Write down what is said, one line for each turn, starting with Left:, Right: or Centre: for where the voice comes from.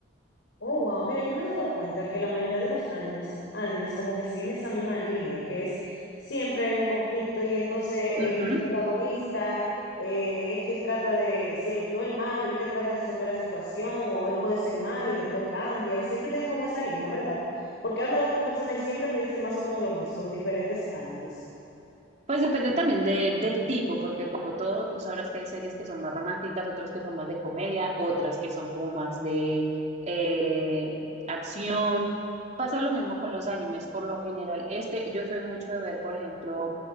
Left: Oh, wow, mira, yo me he dado cuenta que la mayoría de los animes, animes como que siguen esa misma línea, que es siempre hay un conflicto y entonces el
Right: Ujú.
Left: protagonista eh, es quien trata de, si él, no el malo, el que trata de resolver la situación o él puede ser malo y después cambia, siempre tienen como esa línea, ¿verdad? Porque he hablado con personas y siempre me dicen más o menos lo mismo de diferentes animes.
Right: Pues depende también de, del tipo, porque como todo, tú sabrás que hay series que son más románticas, otras que son más de comedia, otras que son como más de eh, acción. Pasa lo mismo con los animes, por lo general. Este, yo soy mucho de ver, por ejemplo,